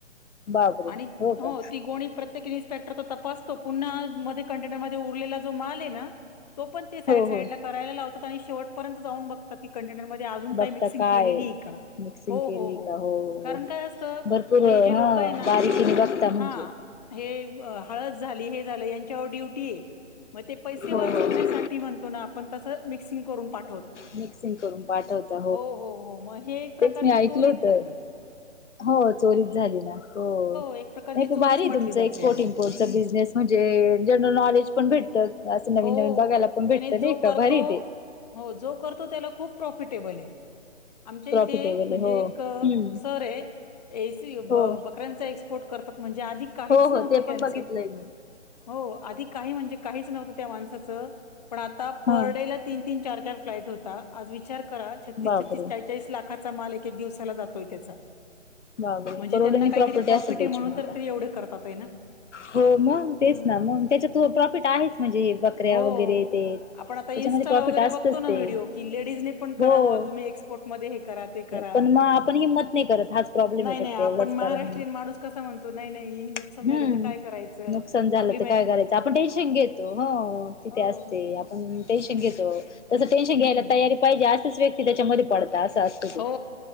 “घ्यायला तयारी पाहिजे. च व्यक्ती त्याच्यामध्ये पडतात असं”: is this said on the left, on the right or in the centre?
Left